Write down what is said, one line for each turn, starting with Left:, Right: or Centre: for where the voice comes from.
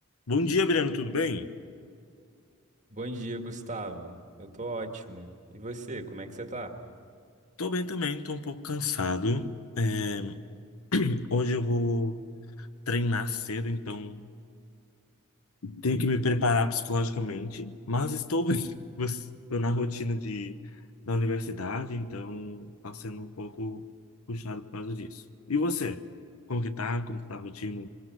Left: Bom dia, Breno, tudo bem?
Right: Bom dia, Gustavo. Eu tô ótimo. E você, como é que você tá?
Left: Tô bem também, tô um pouco cansado. É, Hoje eu vou treinar cedo, então tenho que me preparar psicologicamente, mas estou bem. <laughs> Estou na rotina de, da universidade, então tá sendo um pouco puxado por causa disso. E você? Como que tá? Como que tá a rotina